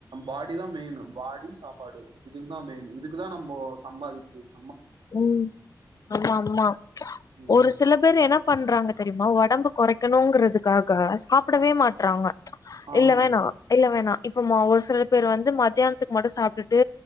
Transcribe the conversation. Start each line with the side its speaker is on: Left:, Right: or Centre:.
Right: பாடி தா மெய்னு பாடி சாப்பாடு இதுக்கு தா மெயினு இதுக்குதா நம்போ சம்பாதிக்கிஸ்
Left: உம் ஆமா ஆமா
Right: ம்
Left: ஒரு சில பேர் என்ன பண்றாங்க தெரியுமா வாட் ஒடம்ப கொறைக்கணுங்றதிக்காக சாப்டவே மாட்றாங்க
Right: ஆமாங்க
Left: இல்ல வேணா இல்ல வேணா இப்போ மௌவ்ஸ் சில பேர் வந்து மதியானத்திக்கு மட்டூ சாப்ட்டுட்டு